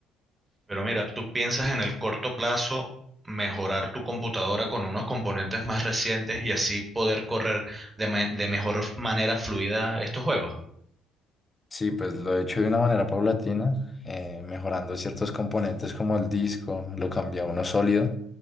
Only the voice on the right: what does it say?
pero mira, tú piensas en el corto plazo mejorar tu computadora con unos componentes más recientes y así poder correr de, me- de mejor manera fluida estos juegos.